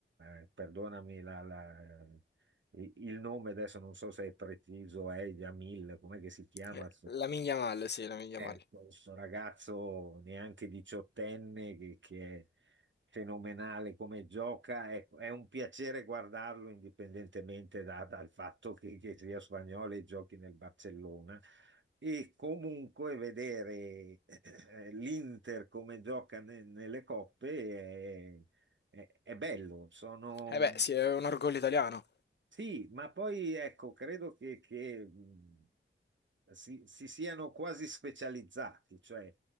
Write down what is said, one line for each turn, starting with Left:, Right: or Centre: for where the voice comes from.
Right: eh, perdonami la- la- il nome adesso non so se è preciso, è Jamil, com'è che si chiama?
Left: Eh, La miglia male, sì, la miglia
Right: Eh,
Left: male.
Right: questo ragazzo neanche diciottenne che, che è fenomenale come gioca, è, è un piacere guardarlo indipendentemente da- dal fatto che, che sia spagnolo e giochi nel Barcellona. E comunque vedere eh, l'Inter come gioca ne- nelle coppe è, è- è bello. Sono
Left: Eh beh, sì, è un orgoglio italiano.
Right: sì, ma poi ecco, credo che, che, mh, si, si siano quasi specializzati, cioè